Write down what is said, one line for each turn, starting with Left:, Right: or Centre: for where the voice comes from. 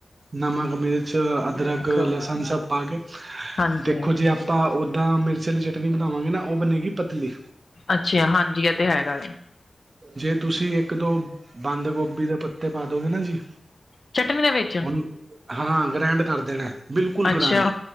Right: ਨਮਕ, ਮਿਰਚ, ਅਦਰਕ,
Left: ਓਕੇ,
Right: ਲਸਨ ਸਬ ਪਾ ਕੇ।
Left: ਹਾਂਜੀ
Right: ਦੇਖੋ ਜੇ ਆਪਾਂ ਓਦਾਂ ਮਿਰਚ ਵਾਲੀ ਚਟਨੀ ਬਨਾਵਾਂਗੇ ਨਾ ਓਹ ਬਨੇਗੀ ਪਤਲੀ।
Left: ਅੱਛਾ ਹਾਂਜੀ ਏ ਤੇ ਹੈਗਾ।
Right: ਜੇ ਤੁਸੀ ਏਕ ਦੋ ਬੰਦ ਗੋਭੀ ਦੇ ਪੱਤੇ ਪਾ ਦੋਗੇ ਨਾ ਜੀ।
Left: ਚਟਨੀ ਦੇ ਵਿੱਚ
Right: ਓਨ ਹਾਂ ਗ੍ਰੈਂਡ ਕਰਦੇ ਨੇ ਬਿਲਕੁਲ
Left: ਅੱਛਾ
Right: ਗ੍ਰੈਂਡ